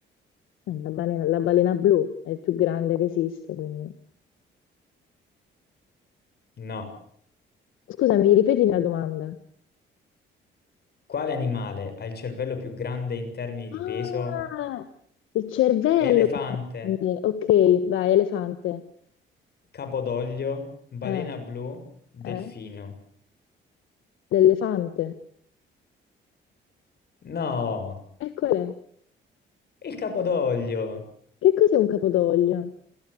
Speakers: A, on the left; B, on the left.
A: Eh, La balena, la balena blu è il più grande che esiste, quindi-
B: No.
A: Scusami, ripeti la domanda.
B: Quale animale ha il cervello più grande in termini di
A: Ah,
B: peso?
A: il cervello.
B: Elefante,
A: quindi. Ok, vai, elefante.
B: capodoglio, balena
A: Eh,
B: blu, delfino.
A: eh, l'elefante.
B: No,
A: Eccole.
B: il capodoglio
A: Che cos'è un capodoglio?